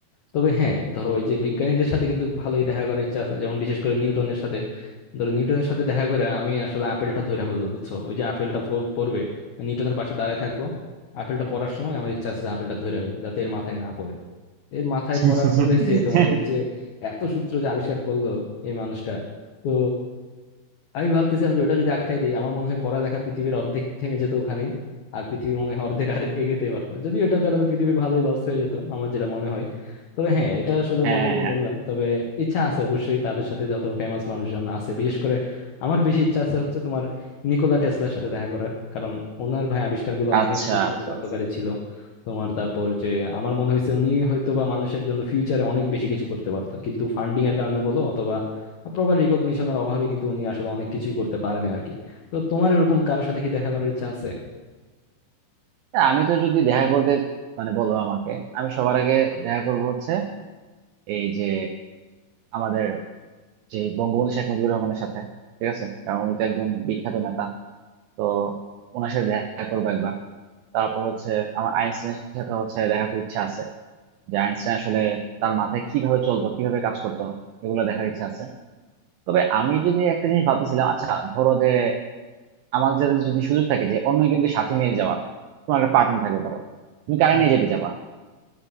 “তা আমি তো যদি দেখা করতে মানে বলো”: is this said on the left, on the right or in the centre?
Right